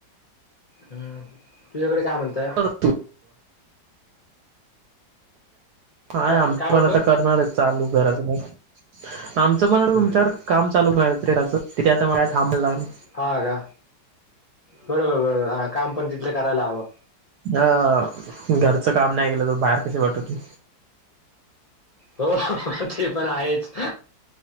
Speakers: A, on the left (about 65°); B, on the right (about 70°).
A: हम्म, तुझ्याकडे काय म्हणतय?
B: <inaudible> आमचं
A: का काय म्हणतो
B: पण आता करणार हाईत. चालू करायच, <unintelligible> आमच पण
A: हम्म
B: तुमच्यावर काम चालू ठेवायचं तेराच, तीथे आता मला <unintelligible> थांबाय लागणार.
A: हा का, बरोबर बरोबर हा काम पण तिथलं करायला हवं.
B: हां, घरचं काम नाही केलं तर बाहेर कसे पाठवतील?
A: हो ते पण आहेच,